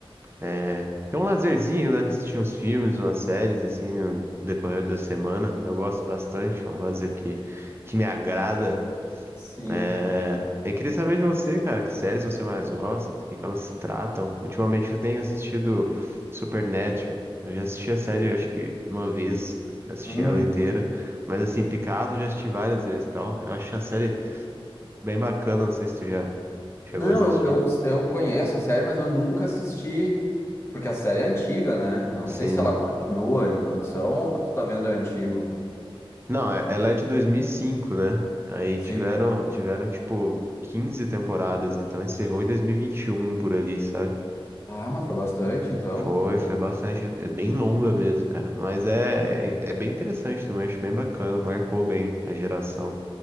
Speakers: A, on the right; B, on the left.
A: é, ter um lazerzinho, né? Assistir uns filmes, umas séries, assim, no decorrer da semana. Eu gosto bastante, é um lazer que, que me agrada.
B: Sim.
A: É, eu queria saber de você, cara, que séries você mais gosta, do que que elas se tratam. Ultimamente eu tenho assistido Supernatural. Eu já assisti a série, acho que uma vez, assisti
B: Hum.
A: ela inteira. Mas assim, Picado já assisti várias vezes e tal. Eu acho a série bem bacana, não sei se tu já chegou
B: Não,
A: a assistir.
B: eu, eu, eu conheço a série, mas eu nunca assisti, porque a série é antiga, né? Eu não
A: Sim.
B: sei se ela continua em produção ou o que tu tá vendo é antigo.
A: Não, é- ela é de 2005, né? Aí
B: Sim.
A: tiveram, tiveram tipo 15 temporadas, então encerrou em 2021 por ali, sabe?
B: Ah, mas foi bastante, então.
A: Foi, foi bastante. É é bem longa mesmo, cara. Mas é, é, é bem interessante também. Acho bem bacana. Marcou bem a geração.